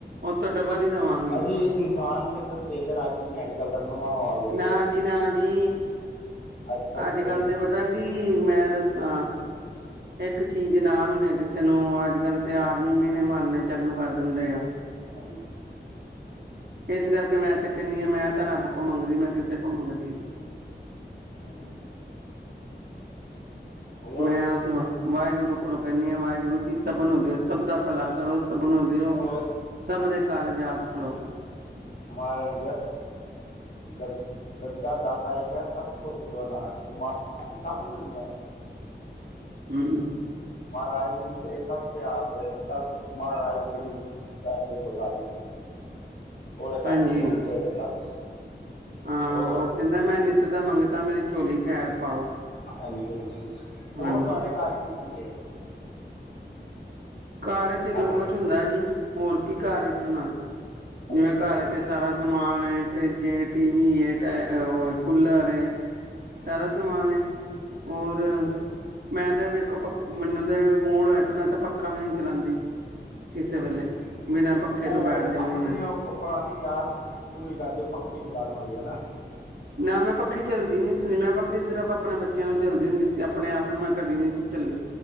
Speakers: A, on the right; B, on the left.
A: ਉਥੋਂ ਡਬਲ ਹੀ ਦੇਵਾਂਗੀ
B: ਅੱਜੇ ਇਨਸਾਨ ਤਾਂ ਕਿਸੇ ਨੂੰ ਦੇਖ ਰਾਜ਼ੀ ਨਹੀਂ ਅਜ-ਕੱਲ ਦਾ ਸਮਾਂ ਮਾਹੋਲ
A: ਨਾ ਜੀ ਨਾ ਜੀ
B: ਅੱਜ ਕੱਲ੍ਹ
A: ਅੱਜ-ਕੱਲ
B: ਕੋਈ ਨਹੀਂ ਕਿਸੇ
A: ਤੇ ਪਤਾ
B: ਨੂੰ
A: ਕੀ ਮੈਂ ਦੱਸਾਂ ਇੱਕ ਚੀਜ਼ ਨਾ ਮਿਲੇ ਕਿਸੇ ਨੂੰ ਅੱਜ-ਕੱਲ ਤੇ ਆਦਮੀ ਮੇਨੇ ਮਾਰਨੇ ਚਾਲੂ ਕਰ ਦਿੰਦੇ ਆ
B: ਹਾਂਜੀ
A: ਇਸ ਕਰਕੇ ਮੈਂ ਤੇ ਕਹਿੰਦੀ ਹਾਂ ਮੈਂ ਤਾਂ ਰੱਬ ਕੋਲ ਮੰਗਦੀ ਮੈਂ ਕਿਸੇ ਕੋਲ ਮੰਗਦੀ ਨੀ
B: ਹੂੰ, ਹੋਰ
A: ਮੈਂ ਉਸ ਬ ਵਾਹਿਗੁਰੂ ਕੋਲੋਂ ਕਹਿੰਨੀ ਆ ਵਾਹਿਗੁਰੂ ਜੀ ਸਭ ਨੂੰ ਦਿਓ ਸਭ ਦਾ ਭਲਾ ਕਰੋ ਸਭ ਨੂੰ ਦਿਓ
B: ਹੋਰ
A: ਸਭ ਦੇ ਕਾਰਜ ਆਪ ਖਾਲਵੋ
B: ਮਹਾਰਾਜ ਦੱਸ ਦੱਦਾ ਦਾਤਾ ਏਕ ਹੇ ਸਭ ਕੋ ਦੇਵਣਹਾਰ ਉਹ ਮਾਲਿਕ ਸਭ ਨੂੰ ਦਿੰਦਾ ਹੈ
A: ਹੂੰ,
B: ਮਹਾਰਾਜ ਨੂੰ ਤੇ ਸਭਤੇ ਆਸ ਏ, ਸਭ ਮਹਾਰਾਜ ਦੇ ਹੀ ਦਰਦੇ ਭੇਖਾਰੀ ਓਹਦੇ
A: ਹਾਂਜੀ
B: ਘਰ ਦੇ ਮੰਗਤੇ ਨੇ ਸਭ
A: ਹਾਂ
B: ਹੋਰ
A: ਉਹ ਕਹਿੰਦਾ ਮੈਂ ਨਿਤ ਦਾ ਮੰਗਤਾ ਮੇਰੀ ਝੋਲੀ ਖੈਰ ਪਾਓ
B: ਹਾਂਜੀ-ਹਾਂਜੀ, ਹੋਰ
A: ਹਾਂਜੀ।
B: ਤੁਹਾਡੇ ਘਰ ਕੀ-ਕੀ ਹੈ?
A: ਘਰ ਚ
B: ਹੈਲੋ
A: ਜੋ ਕੁਝ ਹੁੰਦਾ ਜੀ, ਹੋਰ ਕੀ ਘਰ ਵਿਚ ਹੋਣਾ
B: ਅੱਛਾ
A: ਜਿਵੇਂ ਘਰ
B: ਜੀ
A: ਚ
B: ਹਾਂਜੀ
A: ਸਾਰਾ ਸਮਾਨ ਏ ਫਿ੍ਜ ਜੇ ਟੀ ਵੀ ਐ, ਔ ਉਹ ਕੂਲਰ ਹੈ
B: ਹਾਂਜੀ
A: ਸਾਰਾ ਸਮਾਨ ਹੈ ਹੋਰ
B: ਹਾਂਜੀ
A: ਮੈਂ ਤੇ ਵੇਖੋ, ਮੈਨੂੰ ਤੇ ਮੂੜ ਹੋਇਆ ਤੇ ਮੈਂ ਤੇ ਪ ਨਹੀਂ ਚਲਾਉਂਦੀ ਕਿਸੇ ਵੇਲੇ
B: ਹੂੰ
A: ਬਿਨਾਂ ਪੱਖੇ
B: ਉਹ
A: ਤੋਂ ਬੈਠ ਜਾਂਦੀ
B: ਆਪਣੀ
A: ਹਾਂ
B: ਪੁਰਾਣੀ ਯਾਦ ਪੂਰੀ ਕਰਦੇ ਪੱਖੀ ਚਲਾਉਣ ਵਾਲੀ ਹਨਾ
A: ਨਾ ਮੈਂ ਪੱਖੀ ਚੱਲਦੀ ਨੀ ਸੀ ਮੈਂ ਪ ਸਿਰਫ਼ ਆਪਣੇ ਬੱਚਿਆਂ ਨੂੰ ਝੱਲਦੀ ਹੁੰਦੀ ਸੀ, ਆਪਣੇ ਆਪ ਨੂੰ ਮੈਂ ਕਦੀ ਨੀ ਸੀ ਝੱਲੀ